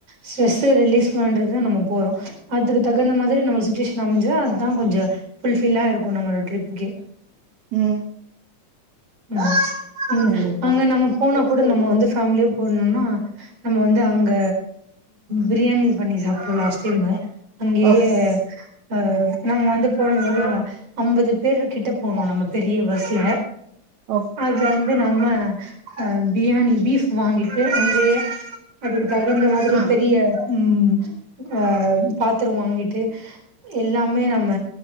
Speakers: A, on the right; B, on the right.
A: ஸ்ட்ரெஸ்ஸ ரிலீஸ் பண்றதுதா நம்ம போறோ அதுக்கு தகுந்த மாதிரி நம்ளுக்கு சுச்சுவேஷன் அமஞ்சா அதா கொஞ்ச புல்ஃபில்லா இருக்கு நம்மளோட ட்ரிப்க்கே
B: ம்
A: ம் ம்
B: கண்டிப்பா.
A: அங்க நம்ம போனா கூட நம்ம வந்து ஃபேமிலியோ போனோன்னா நம்ம வந்து அங்க பிரியாணி பண்ணி சாப்ட்டோ லாஸ்ட் டைமு அங்கயே
B: ஓகே.
A: அ நம்ம வந்து போன தரோ அம்பது பேர்ரு கிட்ட போனோ நம்ம பெரிய பஸ்ல
B: ஓ
A: அதுல வந்து நம்ம அ பிரியாணி பீஃப் வாங்கிட்டு அங்கயே அதுக்கு தகுந்த மாதிரி
B: ஆ
A: பெரிய ம் அ பாத்தரோ வாங்கிட்டு எல்லாமே நம்ம